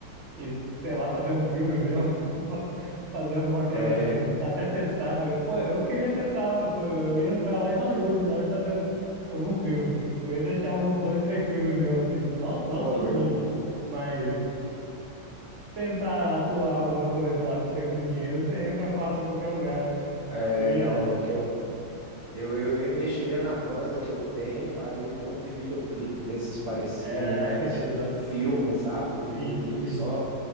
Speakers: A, on the right; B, on the right.
A: e sei lá, fazer um filme meu, <laughs> fazer alguma coisa
B: É,
A: assim, até testar. Eu- Pô, eu queria testar, pô, eu ia entrar lá em Hollywood, lá e fazer um- algum filme. Eu ia deixar uns dois, três filmes meus assim, não, não
B: ô
A: sobre
B: louco.
A: mim, mas tentar atuar alguma coisa lá, porque com dinheiro você entra fácil em qualquer lugar, né?
B: É,
A: Eu ia.
B: não, ô louco, eu, eu, eu investiria na banda que eu tenho, faria um monte de videoclipe desses parece,
A: É,
B: que ia parecer
A: <laughs> exato.
B: filme, sabe? Os videoclipes
A: Sim, sim.
B: só,